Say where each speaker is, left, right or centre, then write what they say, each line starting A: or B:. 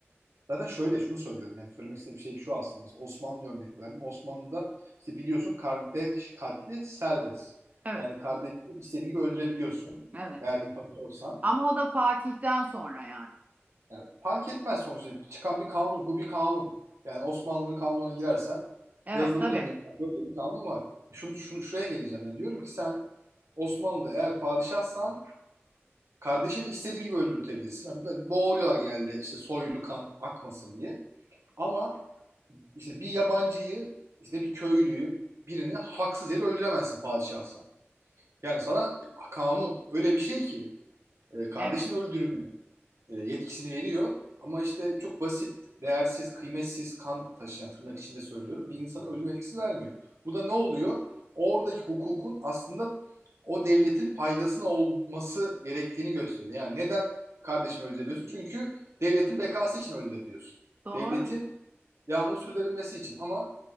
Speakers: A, on the right; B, on the right.
A: zaten şöyle şunu söylüyorum. Yani söylemek istediğim şey şu aslında. Mesela Osmanlı'ya örnek verdim. Osmanlı'da işte biliyorsun kardeş katli serbest.
B: Evet,
A: Yani kardeşini istediğin gibi öldürebiliyorsun.
B: evet.
A: Eğer imparatorsan.
B: Ama o da Fatih'ten sonra yani.
A: Yani fark etmez sonuçta çıkan bir kanun. Bu bir kanun. Yani Osmanlı'nın kanununa girersen
B: Evet,
A: yazılımı
B: tabii.
A: bilmiyorum ama böyle bir kanun var. Şunu, şunu şuraya geleceğim yani diyorum ki sen Osmanlı'da eğer padişahsan kardeşini istediğin gibi öldürtebilirsin. Yani böyle boğuruyorlar genelde işte soylu kan akmasın diye. Ama işte bir yabancıyı işte bir köylüyü birini haksız yere öldüremezsin padişahsan. Yani sana kanun öyle bir şey ki e, kardeşini
B: Evet.
A: öldürme e, yetkisini veriyor. Ama işte çok basit, değersiz, kıymetsiz kan taşıyan tırnak içinde söylüyorum. Bir insana ölüm etkisi vermiyor. Bu da ne oluyor? Oradaki hukukun aslında o devletin faydasına olması gerektiğini gösteriyor. Yani neden kardeşini öldürebiliyorsun? Çünkü devletin bekası için öldürebiliyorsun.
B: Doğru.
A: Devletin devamını sürdürebilmesi için. Ama